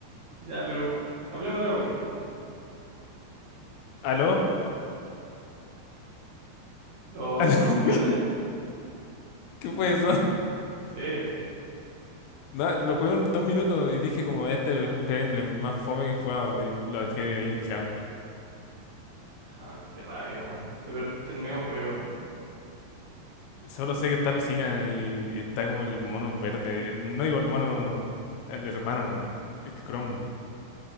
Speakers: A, on the right; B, on the left.
A: ya, pero hablemos de la Weekend ya.
B: ¿Aló?
A: ¿Lo,
B: ¿Aló?
A: lo jugaste?
B: <laughs> ¿Qué fue eso?
A: Sí.
B: No, lo jugué un, dos minutos y dije como este es Fire Emblem más fome que he jugado y lo dejé ahí tirado.
A: Ah, qué rabia, weón. Te perdiste el medio juego.
B: Solo sé que está Lucina y, y está como el mono verde. el- no digo el mono, el hermano, el Chrome.